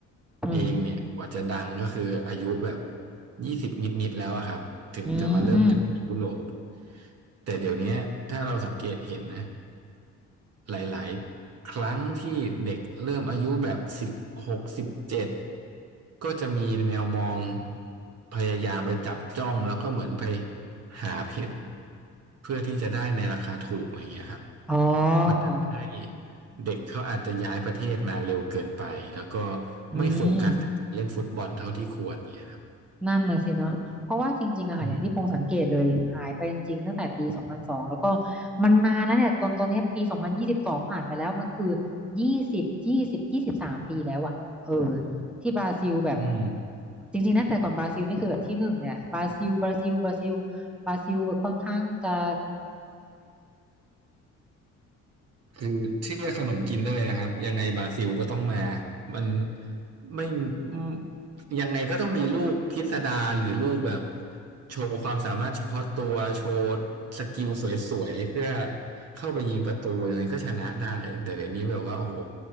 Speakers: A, in the centre; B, on the right (about 55°).
A: อืม
B: เองเนี่ยกว่าจะดังก็คืออายุแบบยี่สิบนิดๆแล้วอะครับถึงจะมาเริ่มดังในยุโรป
A: อืม
B: แต่เดี๋ยวเนี้ยถ้าเราสังเกตเห็นนะหลายๆครั้งที่เด็กเริ่มอายุแบบสิบหกสิบเจ็ดก็จะมีแมวมองพยายามไปจับจ้องแล้วก็เหมือนไปหาเพชรเพื่อที่จะได้ในราคาถูกอะไรเงี้ยครับ
A: อ๋อ
B: มันทำให้เด็กเขาอาจจะย้ายประเทศมาเร็วเกินไป แล้วก็
A: อืม
B: ไม่โฟกัสกับการเล่นฟุตบอลเท่าที่ควรเงี้ยครับ
A: นั่นน่ะสิเนาะเพราะว่าจริงๆอะค่ะอย่างที่พงสังเกตเลยหายไปจริงๆตั้งแต่ปีสองพันสองแล้วก็
B: อืม
A: มันนานแล้วเนี่ยตอนตอนเนี้ยปีสองพันยี่สิบสองผ่านไปแล้วมันก็คือยี่สิบยี่สิบยี่สิบสามปีแล้วอะเออที่บราซิลแบบ
B: อืม
A: จริงๆนะแต่ก่อนบราซิลนี่คือแบบที่หนึ่งเนี่ยบราซิลบราซิลบราซิลบราซิลแบบค่อนข้างจะ
B: คือเชื่อขนมกินได้เลยนะครับยังไงบราซิลก็ต้องมา มันไม่อืมยังไงก็ต้องมีลูกพิสดารหรือลูกแบบโชว์ความสามารถเฉพาะตัวโชว์สกิลสวยๆเพื่อเข้าไปยิงประตูยังไงก็ชนะได้แต่เดี๋ยวนี้แบบว่าโอ้โห